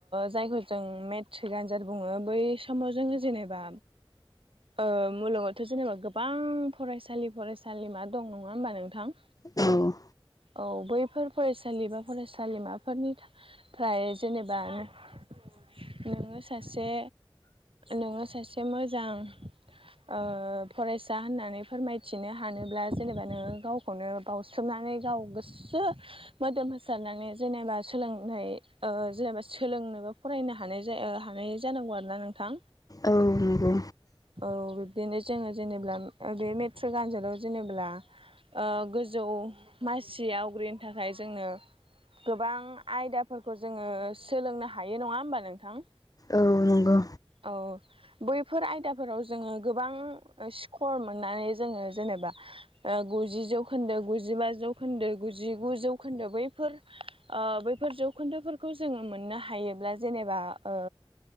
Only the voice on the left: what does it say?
औ
औ नंगौ
औ नंगौ